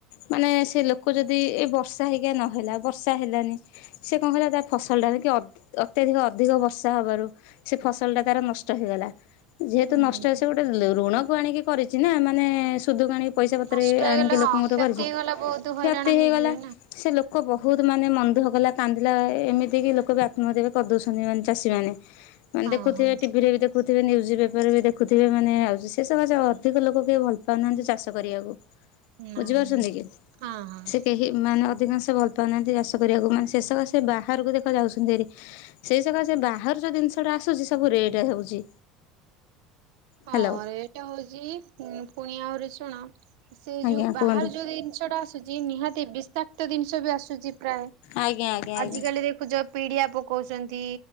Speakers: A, on the left; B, on the right.
A: ମାନେ ସେ ଲୋକ ଯଦି ଏ ବର୍ଷା ହେଇକା ନହେଲା ବର୍ଷା ହେଲାନି, ସେ କଣ କରିବ ତା ଫସଲଟା ଅତ୍ୟଧିକ ଅଧିକ ବର୍ଷା ହେବାରୁ ସେ ଫସଲ ଟା ତାର ନଷ୍ଟ ହେଇଗଲା, ଯେହେତୁ
B: ହୁଁ।
A: ନଷ୍ଟ ହେ ସେ ଗୋଟେ ଋଣ କରିଛି ଋଣକୁ ଆଣିକି କରିଛି ନା ମାନେ ସୁଧକୁ ଆଣି ପଇସା ପତ୍ର
B: ନଷ୍ଟ ହେଇଗଲେ
A: ଆଣିକି,
B: ହଁ
A: ଲୋକଙ୍କ
B: କ୍ଷତି
A: କରିଛି
B: ହେଇଗଲା ବହୁତ
A: କ୍ଷତି
B: ହଇରାଣ ହେଇଯିବେ
A: ହେଇଗଲା
B: ନା।
A: ସେ ଲୋକ ବହୁତ ମାନେ ମନଦୁଃଖ କଲା କାନ୍ଦିଲା, ଏମିତି କିି ଲୋକ ବି ଆତ୍ମହତ୍ୟା କରିଦେଉଛନ୍ତି ମାନେ ଚାଷୀମାନେ ମାନେ
B: ହଁ
A: ଦେଖୁଥିବେ
B: ହଁ।
A: ଟିଭିରେ ବି ଦେଖୁ ଦେଖୁଥିବେ ନ୍ୟୁଜ୍ ପେପର ବି ଦେଖୁଥିବେ, ମାନେ ଆଉଚି ସେ ସକାସେ ଅଧିକ ଲୋକ କେହି ଭଲ ପାଉନାହାନ୍ତି ଚାଷ କରିବାକୁ
B: ନା
A: ବୁଝିପାରୁଛନ୍ତି
B: ନା
A: କି
B: ହଁ ହଁ
A: ସେ କେହି ମାନେ ଅଧିକଂଶ ଭଲ ପାଉନାହାନ୍ତି ଚାଷ କରିବାକୁ ମାନେ ସେ ସକାସେ ସେ ବାହାରକୁ ଦେଖ ଯାଉଛନ୍ତି ସେ ସକାସେ ବା ବାହାରୁ ଯେଉଁ ଜିନିଷଟା ଆସୁଛି ସବୁ ରେଟ୍ ହେଉଛି।
B: ହଁ
A: ହ୍ୟାଲୋ।
B: ରେଟ୍ ହଉଛି ପୁଣି ଆହୁରି ଶୁଣ ସେ
A: ଆଜ୍ଞା
B: ଯୋଉ ବାହାରୁ
A: କୁହନ୍ତୁ
B: ଯୋଉ ଜିନିଷ ଟା ଆସୁଛି, ନିହାତି ବିଷାକ୍ତ ଜିନିଷ ବି ଆସୁଛି ପ୍ରାୟ
A: ଆଜ୍ଞା ଆଜ୍ଞା
B: ଆଜି
A: ଆଜ୍ଞା
B: କାଲି ଦେଖୁଛ ପିଡିଆ ପକଉଛନ୍ତି।